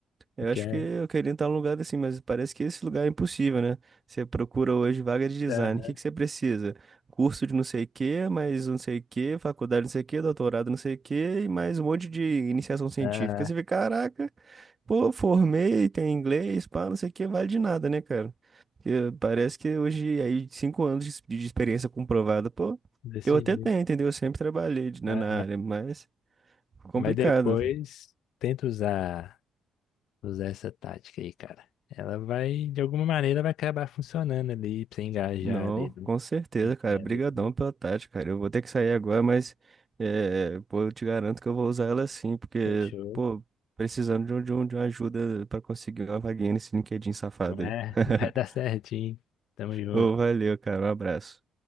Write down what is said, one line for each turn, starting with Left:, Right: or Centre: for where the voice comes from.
Right: Eu
Left: porque
Right: acho
Left: é,
Right: que eu queria entrar num lugar assim, mas parece que esse lugar é impossível, né? Você procura hoje vaga de design.
Left: aham,
Right: O que que você precisa? Curso de não sei o quê, mais não sei o quê, faculdade não sei o quê, doutorado não sei o quê, e mais um monte de iniciação científica.
Left: ah,
Right: Você vê, caraca, pô, formei, tem inglês, pá, não sei o quê, vale de nada, né, cara? Porque parece que hoje, aí, cinco anos de de experiência comprovada, pô,
Left: desse
Right: eu até
Left: jeito,
Right: tenho, entendeu? Eu sempre trabalhei de- né,
Left: aham.
Right: na área, mas complicado.
Left: Mas depois tenta usar. usar essa tática aí, cara. Ela vai, de alguma maneira, vai acabar funcionando ali pra você engajar
Right: Não,
Left: ali no
Right: com certeza,
Left: em quedas
Right: cara. brigadão
Left: ali.
Right: pela tática, cara. Eu vou ter que sair agora, mas é, pô, eu te garanto que eu vou usar ela sim, porque,
Left: Fechou.
Right: pô, precisando de, um, de, um- de uma ajuda pra conseguir uma vaguinha nesse LinkedIn safado
Left: Não
Right: aí.
Left: é?
Right: <laughs>
Left: <laughs> Vai dar certinho. Tamo junto.
Right: Ô, valeu, cara. Um abraço.